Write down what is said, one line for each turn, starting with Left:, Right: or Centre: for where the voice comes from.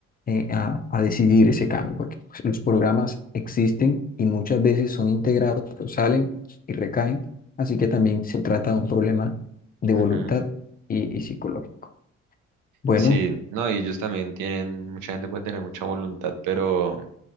Left: eh, a, a decidir ese cambio, porque pues, los programas existen y muchas veces son integrados, pero salen y recaen, así que también se trata de un problema de voluntad
Right: Ujú.
Left: y, y psicológico. Bueno,
Right: Sí, no, y ellos también tienen, mucha gente puede tener mucha voluntad, pero, o